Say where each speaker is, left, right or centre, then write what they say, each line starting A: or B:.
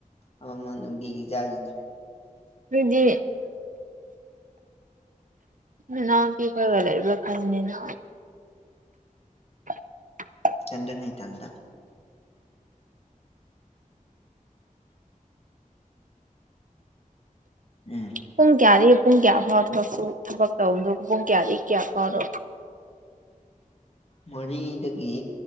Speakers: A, on the left; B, on the right.
A: ꯑꯃꯃ ꯅꯨꯡꯗꯤꯒꯤ ꯆꯥꯁꯤꯅꯦ
B: ꯐꯔꯤꯗꯤ ꯎ ꯈꯕꯂꯦꯕ ꯈꯅꯤꯅ <inaudible>
A: ꯆꯗꯅꯤ ꯇꯗ ꯎꯝ
B: ꯄꯨꯡ ꯀꯌꯥꯗꯒꯤ ꯄꯨꯡ ꯀꯌꯥ ꯐꯥꯎꯗꯕꯁꯨ ꯊꯕꯛ ꯇꯧꯕꯗꯣ ꯄꯨꯡ ꯀꯌꯥꯗꯒꯤ ꯀꯌꯥ ꯐꯥꯎꯔꯣ
A: ꯃꯔꯤꯗꯒꯤ